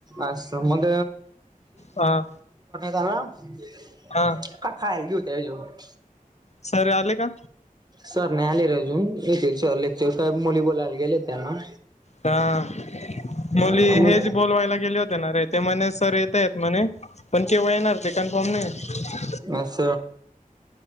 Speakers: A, on the right (about 30°); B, on the left (about 50°).
A: अस मग,
B: हा
A: <unintelligible>
B: हा.
A: का खायल एवढ्या जवळून?
B: सर आले का?
A: सर नाही आले र अजून, येतील सर लेक्चर काय मुली बोलायला गेलेत त्यांना
B: हा मुली
A: मग
B: हेच बोलवायला गेले होते ना रे, ते म्हणे सर येतायेत. म्हणे, पण केव्हा येणार ते कन्फर्म नाहीये.
A: अस.